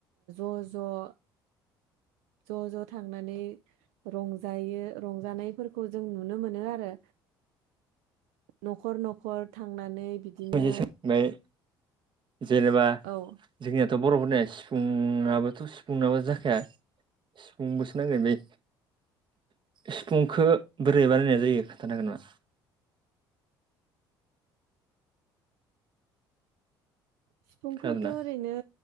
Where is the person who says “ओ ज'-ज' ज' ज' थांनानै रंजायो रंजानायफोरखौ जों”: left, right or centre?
Right